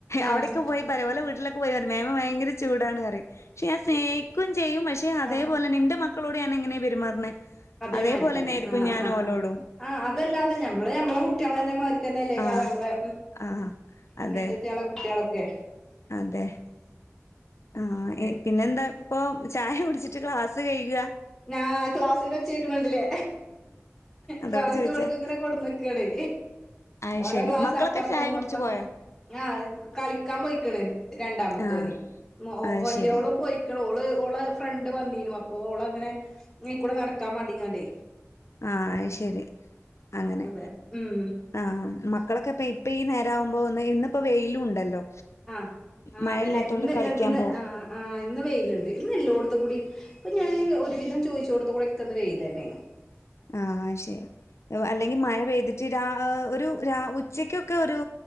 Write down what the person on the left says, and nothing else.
അവിടെക്കെ പോയി <unintelligible> വീട്ടിലക്കെ പോയി മേമ ഭയങ്കര ചുടാണ് പറയും പക്ഷെ ഞാൻ സ്നേഹിക്കും ചെയ്യും പക്ഷെ അതേപോലെ
നിന്റെ മ മക്കളോട് ഞാൻ എങ്ങനെയാ പെരുമാറണെ
അതേ പോലെന്നെ ആരിക്കും
ഞാൻ
ഓലോടും.
ആഹ്
ആഹ് അതെ
അതെ ആഹ്
പിന്നെന്താ? അപ്പോ ചായ കുടിച്ചിട്ട് ക്ലാസ്സ് കഴുക.
അതോണ്ട്
ചോയിച്ചാ
അയ്
ശരി
മക്കളൊക്കെ
ചായ കുടിച്ചു
പോയോ?
ആഹ് അയ്
ശരി
ആ അയ് ശരി അങ്ങനെ
ആ മക്കളൊക്കെ അപ്പ ഇപ്പി നേരകുമ്പോ പോന്ന് ഇന്നിപ്പോ വെയിലും ഉണ്ടല്ലോ
മഴ
ഇല്ലാത്തോണ്ട്
കളിക്കാൻ
പോവും
ആ ശരി അല്ലങ്കി മഴ പെയ്തിട്ട് രാ അ ഒരു രാ ഉച്ചക്കൊക്കെ ഒരു